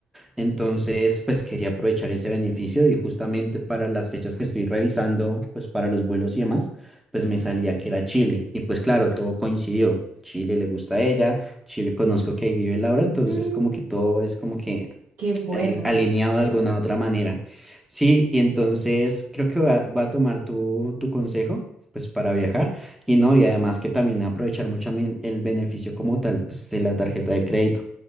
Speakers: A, in the centre; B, on the right (about 75°).
A: Entonces, pues quería aprovechar ese beneficio y justamente para las fechas que estoy revisando, pues para los vuelos y demás, pues me salía que era Chile. Y pues claro, todo coincidió. Chile le gusta a ella, Chile conozco que ahí vive Laura, entonces
B: Mm,
A: como que todo es como que
B: Qué buena.
A: eh, alineado de alguna otra manera. Sí, y entonces creo que va, va a tomar tu, tu consejo, pues para viajar y no, y además que también aprovechar mucho mi- el beneficio como tal, pues de la tarjeta de crédito.